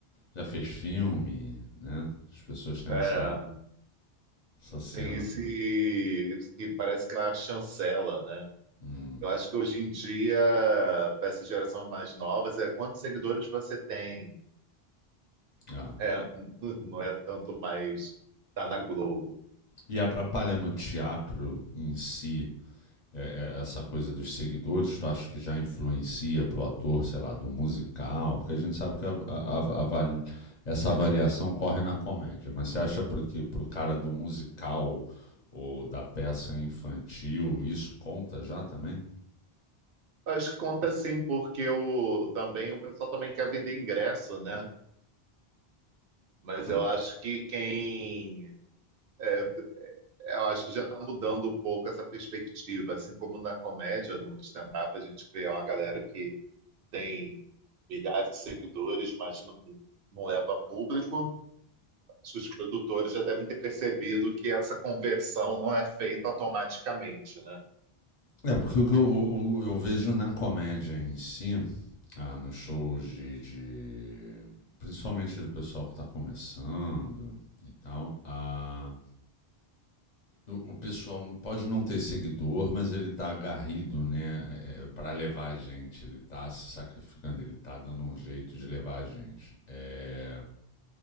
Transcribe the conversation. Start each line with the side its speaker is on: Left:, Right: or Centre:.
Left: Já fez filme, né? As pessoas têm
Right: é,
Left: essa, essa cena.
Right: Tem esse
Left: tá?
Right: que parece que é a chancela, né?
Left: Hum,
Right: Eu acho que hoje em dia, para essa geração mais novas, é quantos seguidores você tem.
Left: ah.
Right: É, <laughs> não é tanto mais tá na Globo.
Left: E atrapalha no teatro em si é- é essa coisa dos seguidores? Tu acha que já influencia pro ator, sei lá, do musical? Porque a gente sabe que a- a- a- avali- essa avaliação corre na comédia, mas você acha porque pro cara do musical ou da peça infantil isso conta já também?
Right: Acho que conta sim, porque o, também o pessoal também quer vender ingresso, né? Mas
Left: Então,
Right: eu acho que quem. é, eu acho que já está mudando um pouco essa perspectiva. Assim como na comédia, no stand-up, a gente vê uma galera que tem milhares de seguidores, mas não, não leva público. Acho que Os produtores já devem ter percebido que essa conversão não é feita automaticamente, né?
Left: É, porque o que eu, o- eu vejo na comédia em si, ah, nos shows de, de- Principalmente do pessoal que está começando e tal, ah, o, o pessoal pode não ter seguidor, mas ele está agarrido, né, é, para levar a gente. Ele está se sacrificando, ele está dando um jeito de levar a gente. É,